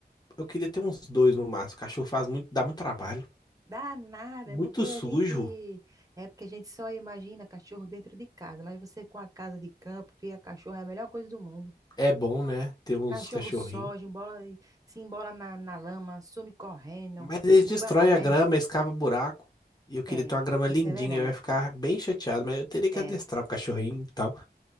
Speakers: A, on the left; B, on the right.
A: eu queria ter uns dois no máximo. Cachorro faz muito, dá muito trabalho.
B: Dá nada,
A: Muito
B: é porque
A: sujo.
B: a gente é porque a gente só imagina cachorro dentro de casa, mas você com a casa de campo, cria cachorro, é a melhor coisa do mundo.
A: É bom, né? Ter uns
B: Cachorro
A: cachorrinhos.
B: soja, embola, se embola na, na lama, some correndo,
A: Mas eles
B: depois
A: destroem
B: aparece.
A: a grama, escava buraco. E eu queria
B: É,
A: ter uma grama
B: isso
A: lindinha,
B: é verdade.
A: eu ia ficar bem chateado, mas eu teria que
B: É.
A: adestrar o cachorrinho e tal.